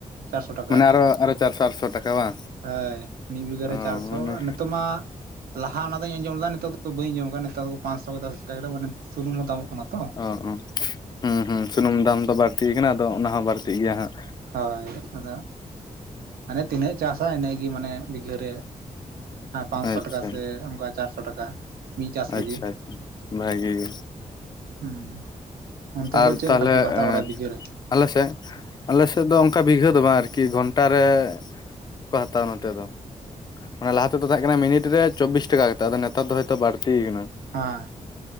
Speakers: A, on the right; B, on the left.
A: ᱪᱟᱨᱥᱚ ᱴᱟᱠᱟ
B: ᱢᱟᱱᱮ ᱟᱨᱚ ᱟᱨᱚ ᱪᱟᱨᱥᱚ ᱟᱴᱥᱚ ᱴᱟᱠᱟ ᱵᱟᱝ
A: ᱦᱮᱸᱭ ᱢᱤᱫ ᱵᱤᱜᱷᱟᱹᱨ
B: ᱚ
A: ᱨᱮ ᱪᱟᱨᱥᱚ
B: ᱢᱟᱱᱮ
A: ᱟᱨ ᱛᱚᱢᱟ ᱞᱟᱦᱟ ᱚᱱᱟᱫᱟᱹᱧ ᱟᱸᱡᱚᱢ ᱞᱮᱫᱟ ᱱᱤᱛᱚᱜ ᱫᱚ ᱵᱟᱹᱧ ᱟᱸᱡᱚᱢ ᱠᱟᱫᱟ ᱱᱮᱛᱟᱨ ᱫᱚ ᱠᱚ ᱯᱟᱸᱥᱥᱚ ᱠᱮᱫᱟ ᱥᱮ <unintelligible> ᱥᱩᱱᱩᱢ ᱦᱚᱸ ᱫᱟᱢᱚᱜ ᱠᱟᱱᱟ ᱛᱚ᱾
B: <unintelligible> ᱦᱩᱸ ᱦᱩᱸ ᱥᱩᱱᱩᱢ ᱫᱟᱢ ᱫᱚ ᱵᱟᱲᱛᱤᱭ ᱠᱟᱱᱟ, ᱟᱫᱚ ᱚᱱᱟ ᱦᱚᱸ ᱵᱟᱲᱛᱤᱜ ᱜᱮᱭᱟ ᱦᱟᱸᱜ᱾
A: ᱦᱳᱭ ᱟᱫᱚ ᱢᱟᱱᱮ ᱛᱤᱱᱟᱹᱜ ᱪᱟᱥᱟ ᱤᱱᱟᱹ ᱜᱮ ᱢᱟᱱᱮ ᱵᱤᱜᱷᱟᱹ ᱨᱮ, ᱦᱮᱸ ᱯᱟᱸᱥᱥᱳ
B: ᱟᱪᱪᱷᱟ
A: ᱴᱟᱠᱟ ᱥᱮ ᱚᱝᱠᱟ ᱪᱟᱨᱥᱚ ᱴᱟᱠᱟ? ᱢᱤᱫ ᱪᱟᱥ
B: ᱟᱪᱷᱟ
A: ᱨᱮᱜᱮ
B: ᱟᱪᱷᱟ ᱵᱷᱟᱹᱜᱤ ᱜᱮ᱾
A: ᱦᱩᱸ ᱚᱱᱛᱮ
B: ᱟᱨ
A: ᱫᱚ ᱪᱮᱫ
B: ᱛᱟᱞᱦᱮ
A: ᱞᱮᱠᱟ ᱠᱚ ᱦᱟᱛᱟᱣ
B: ᱮᱸ
A: ᱵᱟᱲᱟᱭᱟ ᱵᱤᱜᱷᱟᱹ ᱨᱮ
B: ᱟᱞᱮ ᱥᱮᱜ ᱟᱞᱮ ᱥᱮᱜ ᱫᱚ ᱚᱝᱠᱟ ᱵᱤᱜᱷᱟᱹ ᱫᱚ ᱵᱟᱝ ᱟᱨᱠᱤ ᱜᱷᱚᱱᱴᱟ ᱨᱮ, ᱠᱚ ᱦᱟᱛᱟᱣᱟ ᱱᱚᱛᱮ ᱫᱚ᱾ ᱚᱱᱟ ᱞᱟᱦᱟ ᱛᱮᱫᱚ ᱛᱟᱦᱮᱸ ᱠᱟᱱᱟ ᱢᱤᱱᱤᱴ ᱨᱮ ᱪᱚᱵᱵᱤᱥ ᱴᱟᱠᱟ ᱠᱟᱛ ᱛᱚ ᱱᱮᱛᱟᱨ ᱫᱚ ᱦᱳᱭᱛᱳ ᱵᱟᱲᱛᱤ ᱠᱟᱱᱟ᱾
A: ᱦᱮᱸ